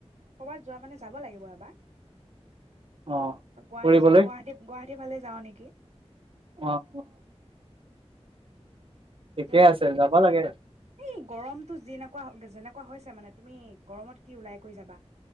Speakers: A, on the right (about 80°); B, on the right (about 50°).
A: ক'ৰবাত যোৱা মানে যাব লাগিব এবাৰ।
B: অ'
A: গুৱাহাটী,
B: ফুৰিবলৈ
A: গুৱাহাটী, গুৱাহাটীৰ ফালে যাওঁ নেকি?
B: অ' অ' ঠিকে
A: যেনেকে,
B: আছে যাব লাগে
A: এই গৰমটো যিনেকুৱা যেনেকুৱা হৈছে। তাৰ মানে তুমি গৰমত কি ওলাই কৰি যাবা।